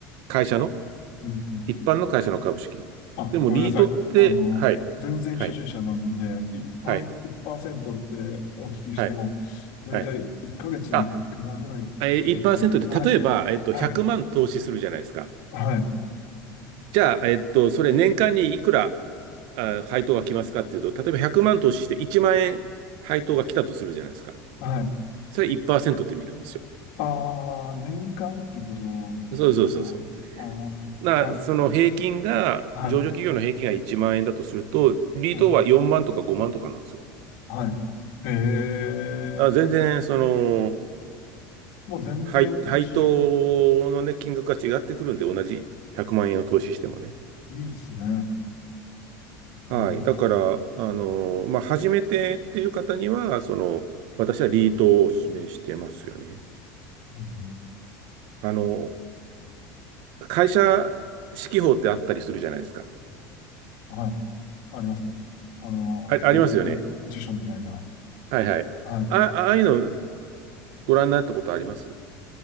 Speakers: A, on the right (about 65°); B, on the left (about 65°).
A: 会社の、
B: うん、うん、
A: 一般の会社の株式。
B: うん。あ、
A: でも、
B: ごめんなさい。
A: リートって、
B: あの、
A: はい、
B: 全然初心者なので、
A: はい、
B: 一般、
A: はい、
B: 1%ってお聞きしても、
A: はい、
B: だいたい1ヶ月にいくらぐらいとかっていう。
A: はい。あ、えー、1%って、
B: はい、
A: 例えば、えっと、
B: はい、
A: 100万投資するじゃないですか。
B: はい、
A: じゃあ、えっと、それ年間にいくら、あ、配当が来ますかっていうと、例えば100万投資して1万円配当が来たとするじゃないですか。
B: はい。
A: それ1%って見るんですよ。
B: ああ、年間ってことですか。
A: そうそうそうそう。
B: ああ、
A: な、
B: はい、
A: その平均が、
B: はい、
A: 上場企業の平均が1万円だとすると、リートは4万とか5万とかなんですよ。
B: はい、はい。へえ、
A: あ、全然、その、
B: もう全然ち、
A: 配、配当のね、金額が違ってくるんで、同じ100万円を投資してもね。
B: いいっすね。
A: はい。
B: えー
A: だから、あの、まあ、初めてっていう方には、その、私はリートをお勧めしてますよね。
B: うん
A: あの、会社指揮法ってあったりするじゃないですか。
B: はい。ありますね。あの、
A: あ、ありますよね。
B: ぶ、ぶ、辞書みたいな。
A: はいはい。
B: は
A: あ、ああいうのご覧になったことあります